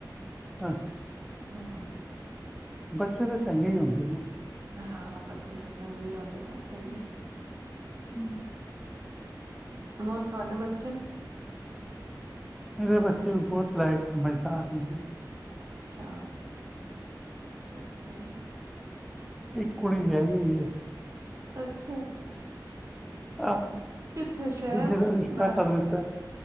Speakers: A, in the centre; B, on the right (about 40°).
A: ਅੱਛਾ।
B: ਹੂੰ- ਹੂੰ।
A: ਬੱਚੇ ਤੇ ਚੰਗੇ ਈ ਹੁੰਦੇ ਨੇ।
B: ਹਾਂ ਬੱਚੇ ਤੇ ਚੰਗੇ ਈ ਹੁੰਦੇ ਨੇ, ਸਹੀ ਹੈ।
A: ਹੂੰ।
B: ਹੋਰ ਤੁਹਾਡੇ ਬੱਚੇ।
A: ਮੇਰੇ ਬੱਚੇ ਵੀ ਬਹੁਤ ਲਾਇਕ ਸਮਝਦਾਰ ਨੇ ਜੀ।
B: ਅੱਛਾ। <unintelligible> ਸਈ ਆ।
A: ਇਕ ਕੁੜੀ ਵਿਆਹੀ ਹੋਈ ਐ।
B: ਅੱਛਾ।
A: <unintelligible>
B: ਕਿੱਥੇ ਸ਼ਹਿਰ
A: ਦੂਜੀ ਦਾ ਰਿਸ਼ਤਾ
B: ਬਾਹਰ
A: ਕਰ ਦਿੱਤਾ,